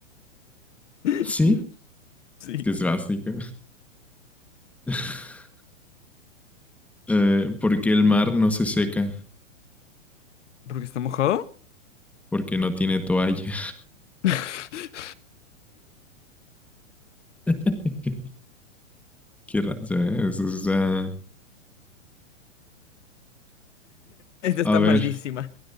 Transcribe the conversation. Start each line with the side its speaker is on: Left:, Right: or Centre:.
Left: <laughs>
Centre: Sí,
Left: Sí.
Centre: Es que es básico. <laughs> Eh, ¿por qué el mar no se seca?
Left: ¿Porque está mojado?
Centre: Porque no tiene toalla.
Left: <laughs>
Centre: <laughs> Qué raza, ¿eh? Eso está...
Left: Esta está
Centre: A ver,
Left: malísima.